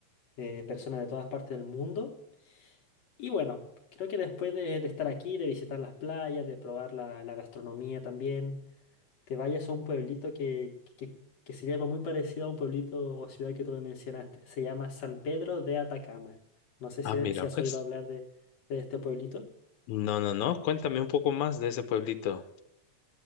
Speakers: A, on the left; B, on the left.
A: eh, personas de todas partes del mundo. Y bueno, creo que después de, de estar aquí, de visitar las playas, de probar la, la gastronomía también te vayas a un pueblito que, que, que se llama muy parecido a un pueblito o ciudad que tú me mencionaste. Se llama San Pedro de Atacama. No sé
B: Ah,
A: si,
B: mira,
A: si has
B: pues.
A: oído hablar de, de este pueblito.
B: No, no, no, cuéntame un poco más de ese pueblito.